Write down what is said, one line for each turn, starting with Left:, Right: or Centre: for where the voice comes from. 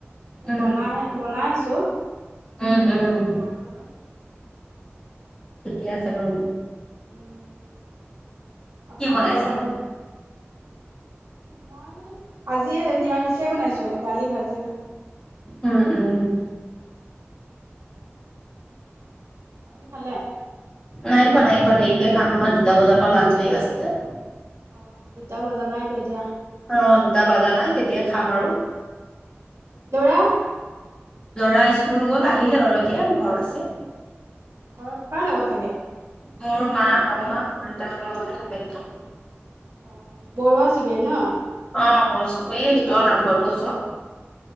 Left: উম
Right: বনাই বনাই আছো।
Left: উম উম
Right: খাম আৰু
Left: ঠিকে আছে বাৰু
Right: উম, আপোনাৰ
Left: কি বনাইছে
Right: খোৱা-বোৱা
Left: আজি?
Right: হ'ল। মই আ আজি নিৰামিষে বনাইছো দালি, ভাজ-
Left: উম উম
Right: আপুনি খালে?
Left: নাই খোৱা নাই খোৱা দেৰিকে খাম আমাৰ দুটা বজাৰ পৰা লাঞ্চ লেন্স বেক আছে যে।
Right: অ দুটা বজা নাইতো এতিয়া।
Left: অ দুটা বজা নাই তেতিয়া খাম আৰু।
Right: ল'ৰা?
Left: লৰা স্কুল গল আহিলে বাৰু এতিয়া ঘৰত আছে।
Right: ঘৰত কাৰ লগত থাকে।
Left: মোৰ মা, শাহুমা শহু দেউতাহঁতৰ লগতে থাকে ন।
Right: অ বৰুৱা চবে ন?
Left: অ পৰচু এই ভিতৰৰ নামঘৰটোৰ ওচৰ